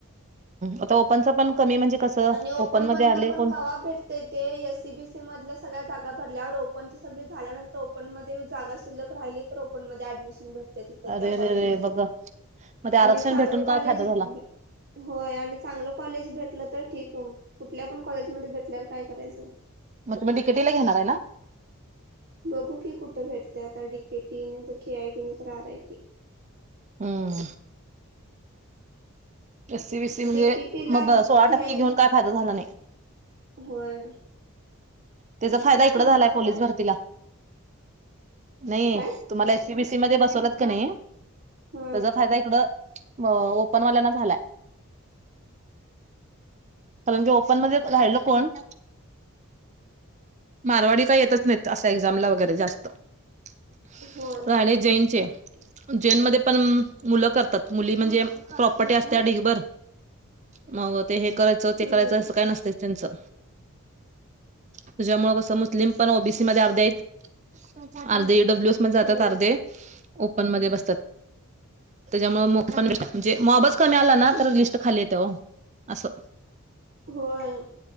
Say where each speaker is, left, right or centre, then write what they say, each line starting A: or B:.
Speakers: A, on the right (about 35°); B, on the right (about 50°).
A: आता ओपन पण कमी म्हणजे कसं
B: आणि ओपन
A: मध्ये
B: मधनं
A: आले
B: पण
A: कोण
B: कवा भेटतयं ते एससीबीसी मधल्या सगळ्या जागा भरल्यावर ओपन ची सगळी झाल्यानंतर ओपन मध्ये जागा शिल्लक राहिली तर ओपन मध्ये ऍडमिशन भेट ते तिथं
A: अरे
B: त्या
A: रे
B: कॉलेजमध्ये
A: रे बघ मग ते आरक्षण
B: आणि चांगलं
A: भेटून काय
B: कॉलेज
A: फायदा झाला
B: <unintelligible> व्हय आणि चांगलं कॉलेज भेटलं <inaudible> ठीक ओ कुठल्या पण कॉलेजमध्ये भेटल्यावर काय करायचं.
A: मग तुम्ही डिकेटीला घेणार आहे ना?
B: बघू की कुठं भेटतय आता डीकेटी नायतर तर के आयटी नायतर तर आर आय टी
A: हम् एससी बीसी म्हणजे
B: डिकेटीला
A: मग
B: घ्यायन
A: सोळा टक्के घेऊन काय फायदा झाला नाही.
B: होय.
A: त्याचा फायदा
B: घरात
A: इकडं
B: म्हणाला
A: झालाय पोलीस भरतीला नाही
B: काय
A: तुम्हाला एससीबीसी मध्ये बसवलत का नाही.
B: ह
A: त्याचा फायदा इकडं म ओपनवाल्याना झाला. त्यानंतर ओपन मध्ये र्याह्यलं कोन <inaudible> मारवाडी का येतच नाहीत असा एक्झामला वगैरे जास्त. <unintelligible>
B: होय
A: जेनमध्ये पण मुलं करतात मुली म्हणजे... प्रॉपर्टी असत ढिगभर. मग ते हे करायचं ते
B: हम्म
A: करायच असं काय नसत त्यांचं ह्याच्यामुळे कसं मुस्लिम पण ओबीसी मध्ये अर्धे आहेत. अर्धे एडब्ल्यू एस मध्ये जातात
B: होय
A: अर्धे ओपन मध्ये बसतात. त्याच्यामुळे पण म्हणजे मॉबच कमी आला ना तर लिस्ट खाली येते हो असं
B: होय